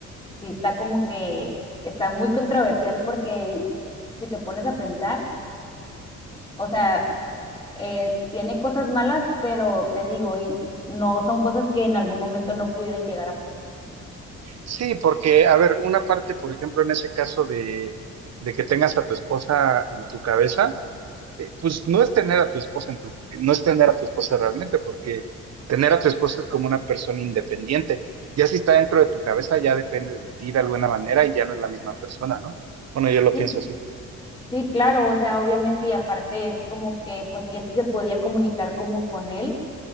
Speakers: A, on the left; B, on the right.
A: sí está como que está muy controversial porque si te pones a pensar, o sea, es- tiene cosas malas, pero te digo, y no son cosas que en algún momento no pudieran llegar a pasar.
B: Sí, porque, a ver, una parte, por ejemplo, en ese caso de, de que tengas a tu esposa en tu cabeza, eh, pues no es tener a tu esposa en tu, no es tener a tu esposa realmente, porque tener a tu esposa es como una persona independiente. Ya si está dentro de tu cabeza, ya depende de ti de alguna manera y ya no es la misma persona, ¿no? Bueno, yo lo
A: Sí,
B: pienso así.
A: sí, claro, o sea, obviamente y aparte es como que pues ella sí se podía comunicar como con él